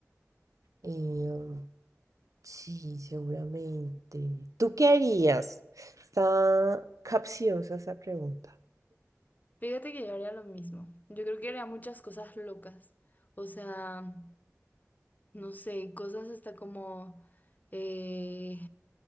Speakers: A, on the right (about 85°); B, on the left (about 30°).
A: Eh, sí, seguramente. ¿Tú qué harías? Está capciosa esa pregunta.
B: Fíjate que yo haría lo mismo. Yo creo que haría muchas cosas locas. O sea, no sé, cosas hasta como... eh,